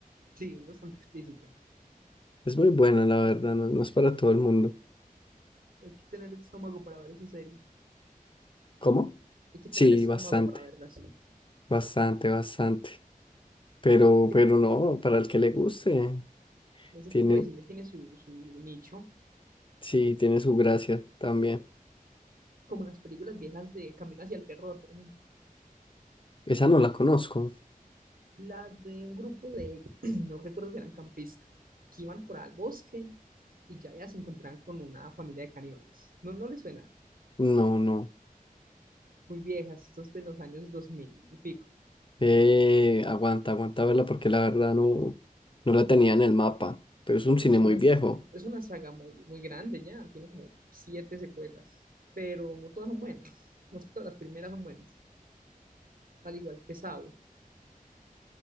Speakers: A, on the right (about 75°); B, on the left (about 35°).
A: Sí, es bastante explícita.
B: Es muy buena, la verdad, no, no es para todo el mundo.
A: Hay que tener estómago para ver esa serie.
B: ¿Cómo?
A: Hay que
B: Sí,
A: tener estómago
B: bastante,
A: para verla así.
B: bastante, bastante. Pero,
A: Que
B: pero no, para el que le guste,
A: Ese
B: tiene,
A: tipo de cine tiene su, su nicho,
B: sí, tiene su gracia también.
A: como las películas viejas de Camino hacia el Terror, por ejemplo.
B: Esa no la conozco.
A: La de un grupo de, <clears throat> no recuerdo si eran campistas, que iban por al bosque y ya, ya se encontraban con una familia de caníbales. No, no les suena.
B: No, no.
A: Muy viejas, estos de los años 2000 y pico.
B: Eh, aguanta, aguanta verla porque la verdad no, no la tenía en el mapa, pero es un
A: Entonces,
B: cine muy
A: unas,
B: viejo.
A: es una saga muy, muy grande ya, tiene como siete secuelas, pero no todas son buenas. No es que todas las primeras son buenas, al igual que Saw.